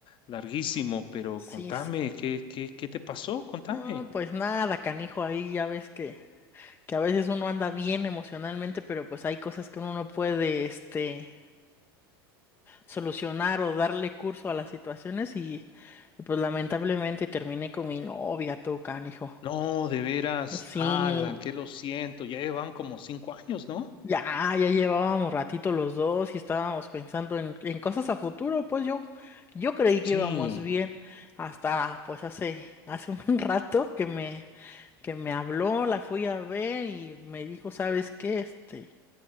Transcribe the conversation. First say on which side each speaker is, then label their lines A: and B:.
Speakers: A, on the left (about 40°); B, on the left (about 20°).
A: larguísimo, pero
B: Sí,
A: contame,
B: sí.
A: ¿qué, qué, qué te pasó? Contame.
B: No, pues nada, canijo, ahí ya ves que, que a veces uno anda bien emocionalmente, pero pues hay cosas que uno no puede, este, solucionar o darle curso a las situaciones y pues lamentablemente terminé con mi novia, tú, canijo.
A: No, de veras,
B: Sí,
A: ala, que lo siento, ya llevan como cinco años, ¿no?
B: Ya, ya llevábamos ratito los dos y estábamos pensando en, en cosas a futuro, pues yo, yo creí que
A: Sí,
B: íbamos bien hasta pues hace, hace un <laughs> rato que me, que me habló, la fui a ver y me dijo, ¿sabes qué? Este,